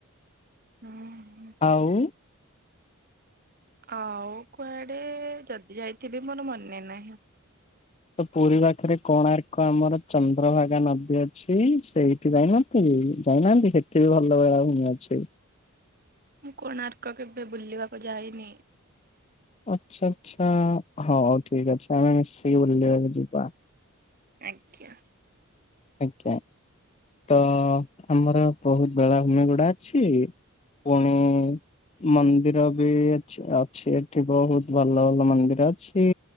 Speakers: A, on the right; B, on the left.
A: ହୁଁଁ।
B: ଆଉ
A: ଆଉ କୁଆଡ଼େ, ଯଦି ଯାଇଥିବି ମୋର ମନେ ନାହିଁ।
B: ତ ପୁରୀ ପାଖରେ କୋଣାର୍କ ଆମର ଚନ୍ଦ୍ରଭାଗା ନଦୀ ଅଛି ସେଇଥି <unintelligible> ଇ ଯାଇନାହାନ୍ତି? ସେଠି ବି ଭଲ ବେଳାଭୂମି ଅଛି।
A: ମୁଁ କୋଣାର୍କ କେବେ ବୁଲିବାକୁ ଯାଇନି।
B: ଆଚ୍ଛା ଆଛା। ହଉ ଠିକ ଅଛି ଆମେ ମିଶିକି ବୁଲିବାକୁ ଯିବା।
A: ଆଜ୍ଞା।
B: ଆଜ୍ଞା। ତ ଆମର ବହୁତ ବେଳାଭୂମି ଗୁଡା ଅଛି। ପୁଣି ମନ୍ଦିର ବି ଏଛି ଅଛି ଏଠି ବହୁତ ଭଲ ଭଲ ମନ୍ଦିର ଅଛି।